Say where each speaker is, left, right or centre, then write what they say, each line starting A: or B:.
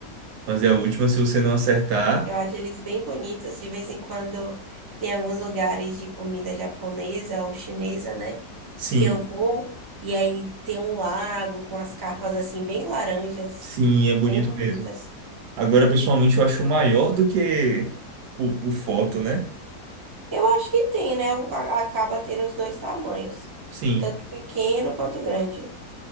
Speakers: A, on the right (about 75°); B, on the right (about 25°).
A: Fazer a última se você não acertar.
B: Eu acho eles bem bonitos. De vez em quando tem alguns lugares de comida japonesa ou chinesa, né?
A: Sim,
B: Que eu vou. E aí tem um lago com as carpas assim, bem laranjas,
A: sim, é bonito
B: bem bonitas.
A: mesmo. Agora, pessoalmente, eu acho maior do que o, o foto, né?
B: Eu acho que tem, né? O- a- Acaba tendo os dois tamanhos,
A: Sim.
B: tanto pequeno quanto grande.